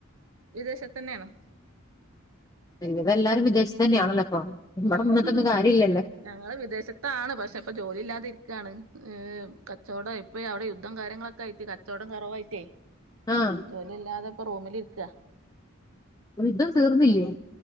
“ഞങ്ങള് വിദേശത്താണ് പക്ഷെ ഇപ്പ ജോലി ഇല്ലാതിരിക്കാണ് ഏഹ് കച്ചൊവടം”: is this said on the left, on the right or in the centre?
Right